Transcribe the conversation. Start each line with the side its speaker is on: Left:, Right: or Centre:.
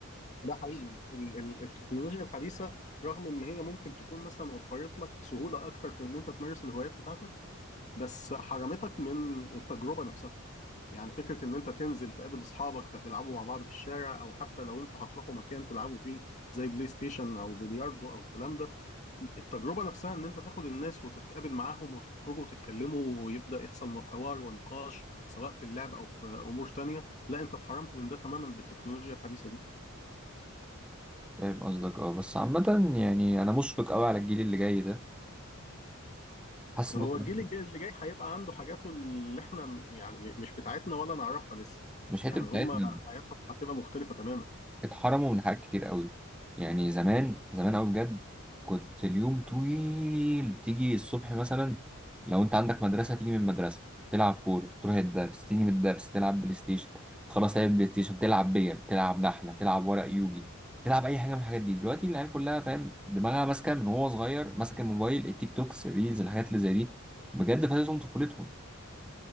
Left: ده حقيقي ال- ال- التكنولوجيا الحديثة رغم ان هي ممكن تكون مثلا وفرت لك سهولة اكتر في ان انت تمارس الهوايات بتاعتك بس حرمتك من التجربة نفسها يعني فكرة ان انت تنزل تقابل اصحابك فتلعبوا مع بعض في الشارع او حتى لو انتوا هتروحوا مكان تلعبوا فيه زي بلاي ستيشن او بلياردو او الكلام ده التجربة نفسها ان انت تاخد الناس وتتقابل معاهم وتخرجوا وتتكلموا ويبدأ يحصل حوار ونقاش سواء في اللعب او في امور تانية لا انت اتحرمت من ده تماما بالتكنولوجيا الحديثة دي
Centre: فاهم قصدك اه بس عامه يعني انا مشفق قوي على الجيل اللي جاي ده حاسس
Left: هو
Centre: ان هم
Left: الجيل الجاي- اللي جاي هيبقى عنده حاجاته اللي احنا م- يعني م- مش بتاعتنا ولا نعرفها لسه
Centre: مش حته
Left: يعني
Centre: بتاعتنا
Left: هما حياتهم هتبقى مختلفة تماما
Centre: اتحرموا من حاجات كتير قوي يعني زمان زمان قوي بجد كنت اليوم طويل تيجي الصبح مثلا لو انت عندك مدرسة تيجي من المدرسة تلعب كورة تروح الدرس تيجي من الدرس تلعب بلاي ستيشن خلاص تلعب بلاي ستيشن تلعب بيل تلعب نحلة تلعب ورق يوجي تلعب اي حاجة من الحاجات دي دلوقتي العيال كلها فاهم دماغها ماسكة من وهو صغير ماسك الموبايل التيك توكس الريلز الحاجات اللي زي دي بجد فاتتهم طفولتهم